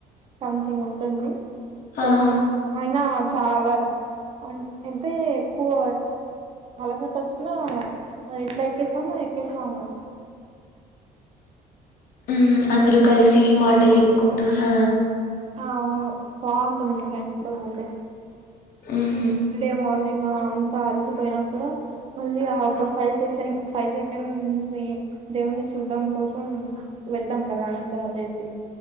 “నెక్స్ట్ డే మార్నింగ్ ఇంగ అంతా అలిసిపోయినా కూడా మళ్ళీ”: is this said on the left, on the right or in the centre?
Right